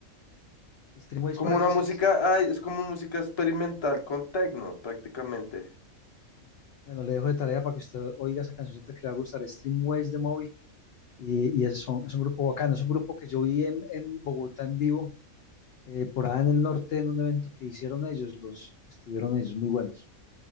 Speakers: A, on the left (about 65°); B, on the left (about 25°).
A: Streamways
B: Como
A: para
B: una
A: que
B: música,
A: se...
B: ay, es como música experimental con tecno, prácticamente.
A: Bueno, le dejo de tarea para que usted oiga esa cancioncita que le va a gustar, Streamways de Moby. y, y es, son- es un grupo bacano, es un grupo que yo vi en, en Bogotá en vivo, eh, por allá en el norte, en un evento que hicieron ellos, los estuvieron ellos, muy buenos.